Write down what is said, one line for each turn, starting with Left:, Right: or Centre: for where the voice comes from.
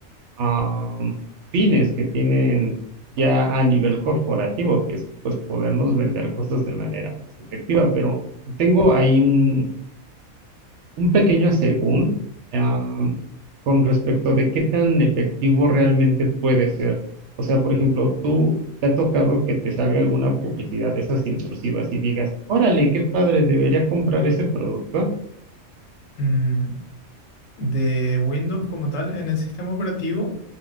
Right: am, fines que tienen ya a nivel corporativo, que es pues podernos vender cosas de manera más efectiva. Pero tengo ahí un, un pequeño según am, con respecto de qué tan efectivo realmente puede ser. O sea, por ejemplo, tú te ha tocado que te salga alguna publicidad de esas intrusivas y digas, órale, qué padre, debería comprar ese producto.
Left: Mm, de Windows como tal, en el sistema operativo,